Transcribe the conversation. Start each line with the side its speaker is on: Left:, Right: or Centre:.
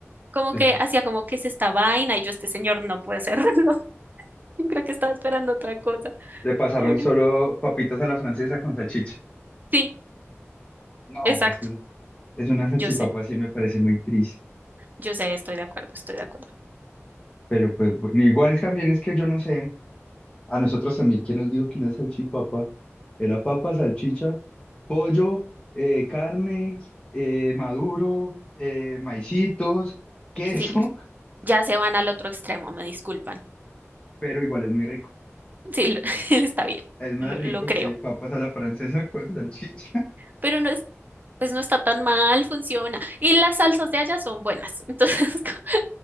Right: como
Left: <laughs>
Right: que hacía como que es esta vaina y yo, este señor no puede hacerlo. <laughs> Yo Creo que estaba esperando otra cosa.
Left: Le pasaron
Right: Pobre.
Left: solo papitas a la francesa con salchicha.
Right: Sí,
Left: No,
Right: exacto.
Left: es, es una salchipapa,
Right: Yo sé,
Left: sí me parece muy triste.
Right: yo sé, estoy de acuerdo, estoy de acuerdo.
Left: Pero pues bueno, igual también es que yo no sé, a nosotros también, ¿quién nos dijo que una salchipapa era papa, salchicha, pollo, eh, carne, eh, maduro, eh, maicitos, queso?
Right: Sí, ya se van al otro extremo, me disculpan.
Left: <laughs> Pero igual es muy rico.
Right: Sí, lo- <laughs> está bien,
Left: Es más
Right: lo,
Left: rico
Right: lo creo.
Left: que papas a la francesa con salchicha. <laughs>
Right: Pero no es, pues no está tan mal, funciona. Y las salsas de allá son buenas. <laughs> Entonces, co-